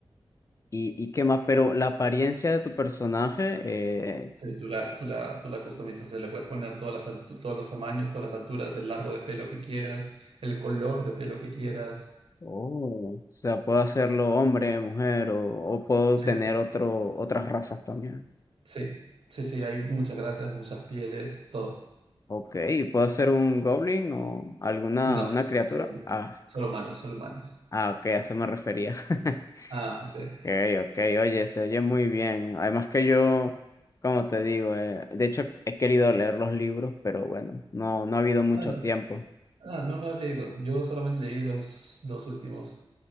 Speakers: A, on the left (about 35°); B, on the right (about 75°).
A: y, y qué más, pero la apariencia de tu personaje, eh,
B: Sí, tú la, tú la, tú la customizas, o sea, le puedes poner todas las altu- todos los tamaños, todas las alturas, el largo de pelo que quieras, el color de pelo que quieras.
A: oh. O sea, puedo hacerlo hombre, mujer o, o puedo
B: Sí,
A: tener otro, otras razas también.
B: sí, sí, sí, hay muchas gracias, muchas pieles, todo.
A: Ok, ¿y puedo ser un goblin o alguna
B: No,
A: una criatura?
B: solo
A: Ah,
B: solo humanos, solo humanos.
A: ah, ok, a eso me refería. <laughs>
B: Ah, okey.
A: Okay, ok, oye, se oye muy bien. Además que yo, como te digo, eh, de hecho he querido leer los libros, pero bueno, no, no ha habido mucho
B: Ah, no.
A: tiempo.
B: Ah, no lo has leído. Yo solamente leí los 2 últimos.